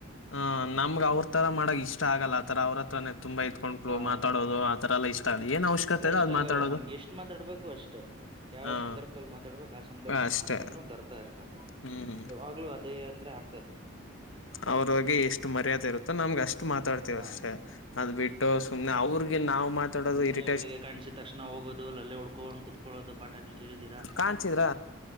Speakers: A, on the left; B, on the right.
A: ಹ ನಮ್ಗ ಅವ್ರ ತರ ಮಾಡಕ್ ಇಷ್ಟ ಆಗಲ್ಲ ಆತರ ಅವ್ರತ್ರ ಹತ್ರ ತುಂಬಾ ಇದಕೊಂಡಕ್ಳು
B: ಹಾ
A: ಮಾತಾಡೋದು ಆತರ ಎಲ್ಲ ಇಷ್ಟ ಆಗಲ್ಲ ಏನ್ ಅವಶ್ಯಕತೆ
B: ಅವೆಲ್ಲ
A: ಇದೆ
B: ಇಷ್ಟ
A: ಅದ್
B: ಆಗಲ್ಲ
A: ಮಾತಾಡೋದು
B: ನಮ್ಗೆ ಎಷ್ಟ್ ಮಾತಾಡ್ಬೇಕು ಅಷ್ಟೇ ಯಾವ
A: ಹ
B: ಸಂದರ್ಭದಲ್ಲಿ ಮಾತಾಡ್ಬೇಕು ಆ ಸಂದರ್ಭದಲ್ಲಿ
A: ಅಷ್ಟೇ
B: ಮಾತಾಡಿದ್ರೆ ಒಂದು ಅರ್ಥ ಇರ್ತದೆ
A: ಹ್ಮ್
B: ಯವಾಗ್ಲೂ ಅದೇ ಅಂದ್ರೆ ಆ
A: ಅವ್ರಗೆ ಎಷ್ಟು ಮರ್ಯಾದೆ ಇರುತ್ತೋ ನಮ್ಗೆ ಅಷ್ಟು ಮಾತಾಡ್ತಿವ
B: ಹ
A: ಅಷ್ಟೆ ಅದ್ ಬಿಟ್ಟು ಸುಮನೆ ಅವ್ರ <inaudible> ನವು ಮಾತಾಡದು
B: ಸುಮ್ನೆ
A: ಇ
B: ಬೆಳಿಗ್ಗೆ ಕಾಣಿಸಿದ ತಕ್ಷಣ ಹೋಗೋದು ಲಲ್ಲೆ ಹೊಡ್ಕೊಂಡ್ ಕುತ್ಕೊಳ್ಳೋದು ಪಾಠಗಳು ಕೇಳ್ದಿರಾ
A: ಕಚಿದ್ರ